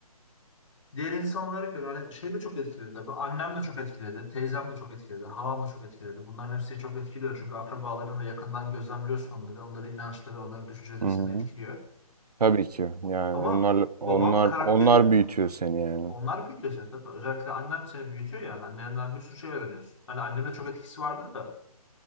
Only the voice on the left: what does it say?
Diğer insanlara göre hani şey de çok etkiledi tabii. Annem de çok etkiledi. Teyzem de çok etkiledi. Halam da çok etkiledi. Bunların hepsi çok etkiliyor. Çünkü akrabaların ve yakından gözlemliyorsun onları. Onların inançları, onların düşünceleri
seni etkiliyor.
Ama
babam karakter...
Onlar büyütüyor seni tabii. Özellikle annem seni büyütüyor yani. Annenden bir sürü şey öğreniyorsun. Hani annemin de çok etkisi vardır da.